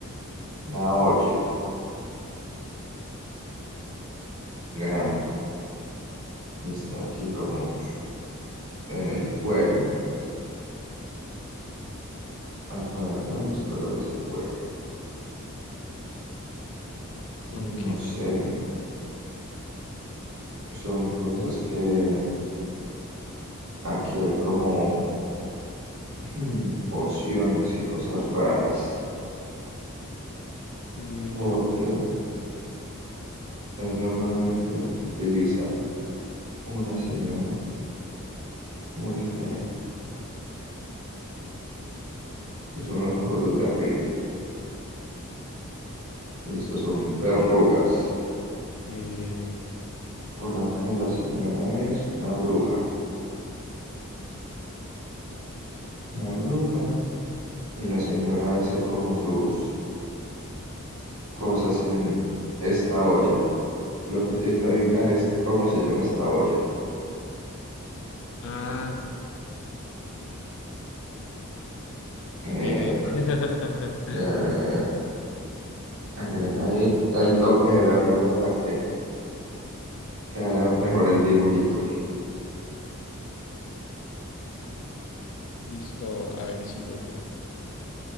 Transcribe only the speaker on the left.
ok.
Eh, a
ver,
eh,
ah,
bien. <laughs>
Listo. A ver, sigo yo.